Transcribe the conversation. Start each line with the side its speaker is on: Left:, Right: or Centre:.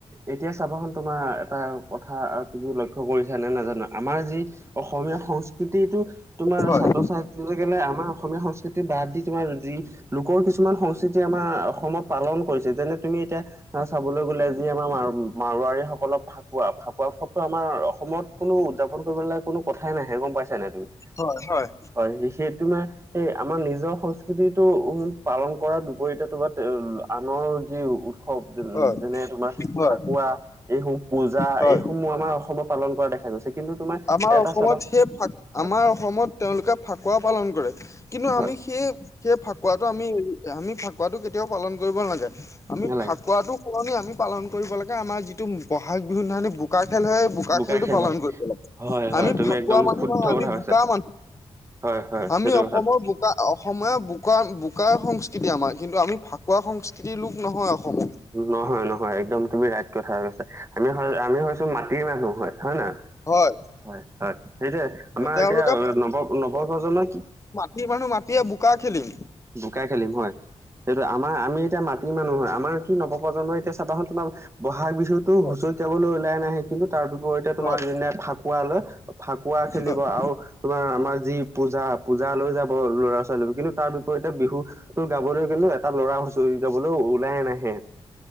Right: এতিয়া চাবাচোন তোমাৰ এটা কথা আৰু তুমিও লক্ষ্য কৰিছা নে নাজানো, আমাৰ যি অসমীয়া সংস্কৃতিটো তোমাৰ
Left: হয়
Right: ছত্ৰছায়াত এৰি গেনে আমাৰ অসমীয়া সংস্কৃতি বাদ দি তোমাৰ যি লোকৰ কিছুমান সংস্কৃতি আমাৰ অসমত পালন কৰিছে যেনে তুমি এতিয়া চাবলৈ গ'লে যি আমাৰ মাৰ মাৰোৱাৰী সকলক ফাকুৱা ফাকুৱা উৎসৱটো আমাৰ অসমত কোনো উদযাপন কৰিব নেলাগে কোনো কথাই নাহে গম পাইছা নাই তুমি।
Left: হয় হয়।
Right: হয় সেইছে তোমাৰ! সেই আমাৰ নিজৰ সংস্কৃতিটো উ পালন কৰাৰ বিপৰীতে তোমাৰ - আনৰ যি উৎসৱ
Left: হয়
Right: যেনে তোমাৰ
Left: হয়
Right: ফাকুৱা এইসমূহ পূজা
Left: হয়
Right: এইসমূহ- সমূহ আমাৰ অসমত পালন কৰা দেখা- দেখা গৈছে কিন্ত তোমাৰ-
Left: আমাৰ
Right: এটা
Left: অসমত
Right: চাবা
Left: সেই ফাক
Right: হয়
Left: আমাৰ অসমত তেওঁলোকে ফাকুৱা পালন কৰে। কিন্তু
Right: হয়
Left: আমি সেই- সেই ফাকুৱাটো আমি আমি ফাকুৱাটো কেতিয়াও পালন কৰিব নালাগে আমি
Right: নালাগে
Left: ফাকুৱাটো- সলনি আমি পালন কৰিব লাগে আমাৰ যিটো বহাগ বিহু দিনাখনি বোকা খেল হয় বোকা
Right: বোকাৰ
Left: খেলতটো
Right: খেল
Left: পালন
Right: হয়
Left: কৰিব লাগে।
Right: হয়
Left: আমি
Right: হয় তুমি
Left: ফাকুৱা
Right: একদম
Left: মানুহ
Right: শুদ্ধ
Left: নহয় আমি
Right: কথা কৈছা
Left: বোকা মানুহ
Right: হয় হয়
Left: আমি
Right: সেইটো
Left: অসমৰ
Right: কথাটো
Left: বো- বোক অসমীয়া বোকা বোকাৰ সংস্কৃতি আমাৰ কিন্তু আমি ফাকুৱা সংস্কৃতিৰ লোক নহয় অসমৰ।
Right: নহয় নহয় একদম তুমি ৰাইট কথা কৈছা আমি আমি হৈছো মাটিৰ মানুহ হয়। হয় নহয়
Left: হয়
Right: হয় হয় সেইটোৱ
Left: হয়,
Right: আমাৰ
Left: তেওঁলোকে
Right: এতিয়া নৱ নৱপ্ৰজন্মই কি-
Left: সি মানুহ মাতি বোকা খেলিম।
Right: বুকাই খেলিম হয়। সেইটো আমাৰ আমি এতিয়া মাটিৰ মানুহ হয় আমাৰ কি নৱপ্ৰজন্মই এতিয়া চাবা চোন তোমাৰ- বহাগ বিহুতো
Left: হয়
Right: হুঁচৰি গাবলৈ ওলাই নাহে। কিন্তু তাৰ বিপৰীতে তোমাৰ
Left: হয় হয়
Right: এনে ফাকুৱা লৈ ফাকুৱা খেলিব
Left: হয়।
Right: আৰু- তোমাৰ আমাৰ যি পূজা পূজা লৈ যাব ল'ৰা ছোৱালী কিন্তু তাৰ বিপৰীতে বিহু- ত গাবলৈ গ'লে এটা ল'ৰা হুঁচৰি গাবলৈও ওলাই নাহে।